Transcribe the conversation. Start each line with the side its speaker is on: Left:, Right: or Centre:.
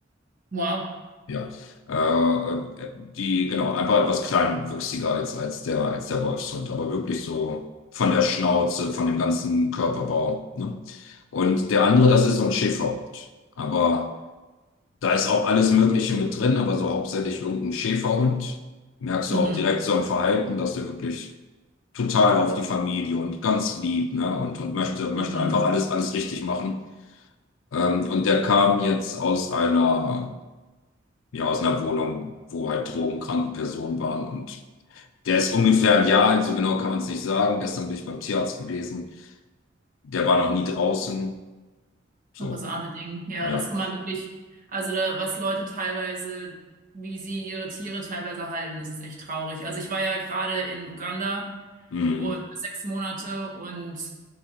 Right: Wow.
Left: Ja, äh, äh, die, genau, einfach etwas kleinwüchsiger als, als der, als der Wolfshund, aber wirklich so von der Schnauze, von dem ganzen Körperbau, ne? Und der andere, das ist so ein Schäferhund. Aber da ist auch alles Mögliche mit drin, aber so hauptsächlich irgendein Schäferhund. Merkst
Right: Mhm.
Left: du auch direkt so am Verhalten, dass der wirklich total auf die Familie und ganz lieb, ne? Und, und möchte, möchte
Right: Mhm.
Left: einfach alles, alles richtig machen. Ähm, und der kam jetzt aus einer, ja, aus einer Wohnung, wo halt drogenkranke Personen waren. Und der ist ungefähr ein Jahr alt, so genau kann man es nicht sagen. Gestern bin ich beim Tierarzt gewesen. Der war noch nie draußen. So,
Right: Ach, das arme Ding. Ja,
Left: ja.
Right: das kann man wirklich, also da, was Leute teilweise, wie sie ihre Tiere teilweise halten, das ist echt traurig. Also ich war ja gerade in Uganda
Left: Mhm.
Right: und sechs Monate und